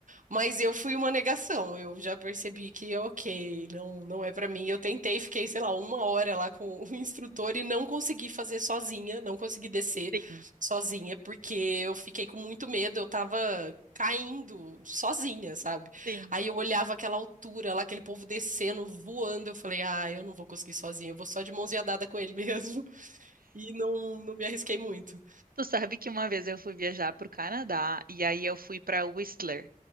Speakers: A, on the right; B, on the right.
A: Mas eu fui uma negação. Eu já percebi que, é ok, não, não é pra mim. Eu tentei, fiquei, sei lá, uma hora lá com o instrutor e não consegui fazer sozinha, não consegui descer
B: Sim,
A: sozinha, porque eu fiquei com muito medo. Eu tava caindo sozinha, sabe?
B: sim.
A: Aí eu olhava aquela altura lá, aquele povo descendo, voando. Eu falei, ah, eu não vou conseguir sozinha. Eu vou só de mãozinha dada com ele mesmo. <laughs> E não, não me arrisquei muito.
B: Tu sabe que uma vez eu fui viajar para o Canadá e aí eu fui para Whistler.